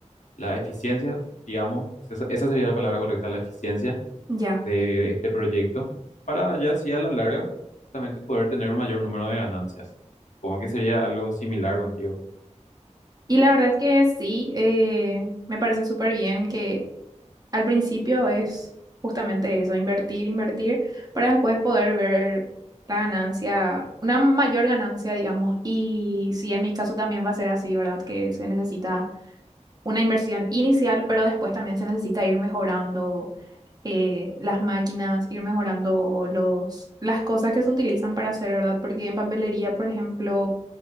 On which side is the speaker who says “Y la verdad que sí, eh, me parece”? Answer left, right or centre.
Right